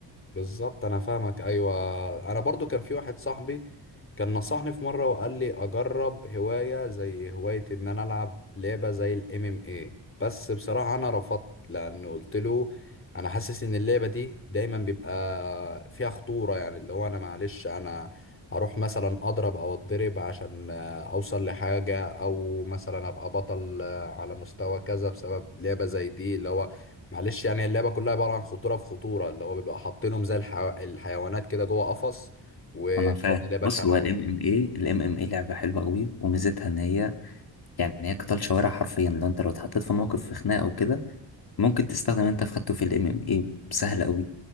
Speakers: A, on the left (about 25°); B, on the left (about 50°).
A: بالظبط انا فاهمك ايوه انا برضو كان في واحد صاحبي كان نصحني في مره وقال لي اجرب هوايه زي هوايه ان انا العب لعبه زي الام ام اي بس بصراحه انا رفضت لانه قلت له انا حاسس ان اللعبه دي دايما بيبقى فيها خطوره يعني اللي هو انا معلش انا هروح مثلا اضرب او اتضرب عشان آه، اوصل لحاجه او مثلا ابقى بطل آه، على مستوى كذا بسبب لعبه زي دي اللي هو معلش يعني اللعبة كلها عبارة عن خطورة في خطورة اللي هو بيبقى حاطينهم زي الحيو... الحيوانات كده جوه قفص واتفضل
B: انا فاهم
A: يا باشا
B: بص
A: العب
B: هو الام ام اي الام ام اي لعبة حلوة قوي وميزتها ان هي يعني هي قتال شوارع حرفيا لو انت لو اتحطيت في موقف في خناقة او كده ممكن تستخدم انت في خدته في الام ام اي سهل قوي